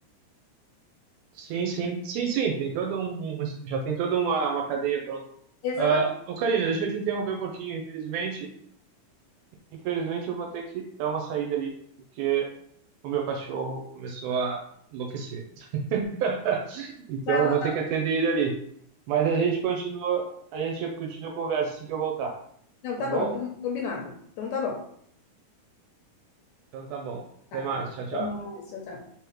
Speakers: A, on the right; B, on the left.
A: Sim, sim, sim, sim, tem todo um, já tem toda uma, uma cadeia pronta.
B: Exatamente.
A: Ah, ô Karina, deixa eu te interromper um pouquinho, infelizmente, infelizmente eu vou ter que dar uma saída ali, porque o meu cachorro começou a enlouquecer. <laughs> Então
B: Vai
A: eu
B: lá.
A: vou ter que atender ele ali. Mas a gente continua, a gente continua a conversa assim que eu voltar.
B: Não, tá
A: Tá bom?
B: bom, com- combinado. Então tá bom.
A: Então tá bom.
B: Tá.
A: Até mais. Tchau, tchau.
B: Até mais, tchau, tchau.